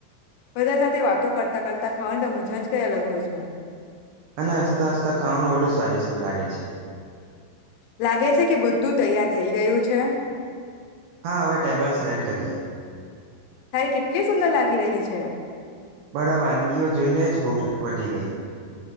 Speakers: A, on the left; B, on the right.
A: બધા સાથે વાતો કરતા કરતા ખાવાની તો મજા જ કઈ અલગ હોય છે.
B: અને હસતા હસતા ખાવાનું બધુ સ્વાદિષ્ટ લાગે છે. છે.
A: લાગે છે કે બધ્ધું તૈયાર થઈ ગયું છે.
B: હા હવે ટેબલ સેટ કરીએ.
A: તારી કેટલી સુંદર લાગી રહી છે.
B: બધા વાનગીઓ જોઈને જ ભૂખ વધી ગઈ.